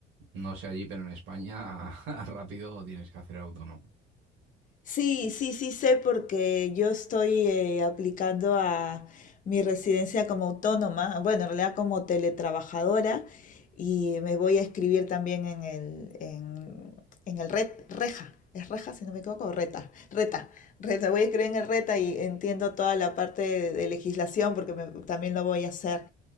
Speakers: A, on the right (about 70°); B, on the left (about 40°).
A: no sé allí, pero en España <laughs> rápido tienes que hacer autónomo.
B: Sí, sí, sí sé porque yo estoy eh, aplicando a mi residencia como autónoma, bueno, en realidad como teletrabajadora y me voy a escribir también en el, en, en el RET, REJA, es REJA si no me equivoco, o RETA, RETA, RETA, voy a escribir en el RETA y entiendo toda la parte de, de legislación porque me- también lo voy a hacer.